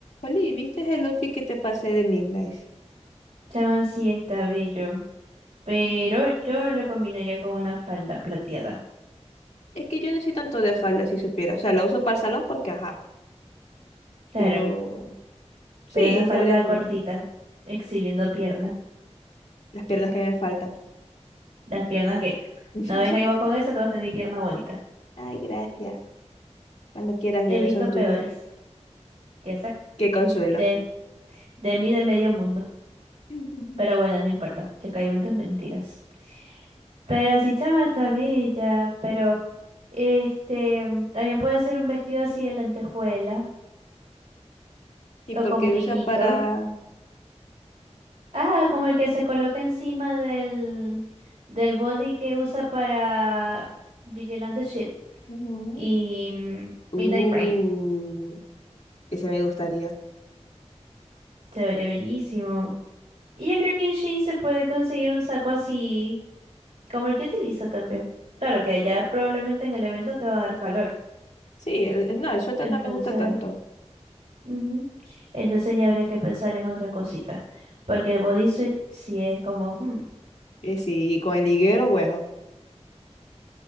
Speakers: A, on the left; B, on the right.
A: Oli, ¿viste el outfit que te pasé de Midnight?
B: Chama sí está bello, pero
A: Sí.
B: yo lo combinaría con una falda plateada.
A: Es que yo no soy tanto de falda, si supiera. O sea, la uso para el salón porque, ajá.
B: Claro,
A: Pero sí,
B: pero una falda
A: se vería bien.
B: cortita, exhibiendo pierna,
A: Las piernas que me faltan.
B: Las piernas que...
A: <laughs>
B: No venga igual con eso que vos tenéis pierna bonita,
A: Ay, gracias. Cuando quieras,
B: He
A: bebé,
B: visto
A: son
B: peores,
A: tuyas.
B: ya sé,
A: Qué consuelo.
B: de, de mí de medio mundo.
A: <laughs>
B: Pero bueno, no importa, yo caigo en tus mentiras. Pero sí, chama está bella, pero este también puede ser un vestido así de lentejuela
A: Y porque
B: o con brillito.
A: usa para...
B: Ah, como el que se coloca encima del, del body que usa para Vigilante Shit
A: Ujú.
B: y mm, Midnight
A: Uh,
B: Rain.
A: ese me gustaría.
B: Se vería bellísimo. Y yo creo que en Shein se puede conseguir un saco así como el que utiliza también. Claro que allá probablemente en el evento te va a dar calor.
A: Sí, el- el- no, el suéter
B: Entonces,
A: no me gusta tanto.
B: ujú. Entonces ya habría que pensar en otra cosita. Porque el bodysuit sí es como, hmm,
A: Eh, sí, y con el higuero, bueno.